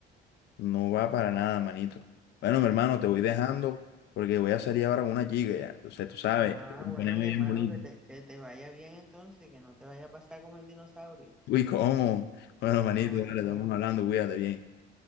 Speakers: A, on the left (about 60°); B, in the centre.
A: no va para nada, manito. Bueno, mi hermano, te voy dejando
B: sí.
A: porque voy a salir ahora con una chica ya. Entonces, tú sabes,
B: Ah,
A: voy
B: bueno,
A: a ponerme
B: mi
A: bien
B: hermano,
A: bonito.
B: que te, que te vaya bien entonces, que no te vaya a pasar como el dinosaurio.
A: Uy, ¿cómo? Bueno, manito,
B: Hombre,
A: dale, estamos hablando, cuídate bien.